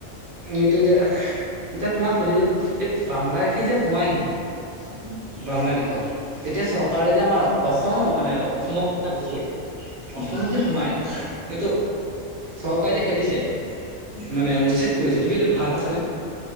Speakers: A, on the right (about 45°); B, on the left (about 75°).
A: এইটো যে এতিয়া তোমাক সুধিছো এই বাংলাদেশী যে সোমাইহি।
B: অ
A: বাংলাদেশত এতিয়া চৰকাৰে যে আমাৰ অসমত মানে অসমত কৈছো অসমত
B: উম
A: যে সোমায়। এইটো চৰকাৰে যে খেদিছে
B: উম।
A: মানে উচ্ছেদ কৰিছে তুমি এইটো ভাল পাইছানে?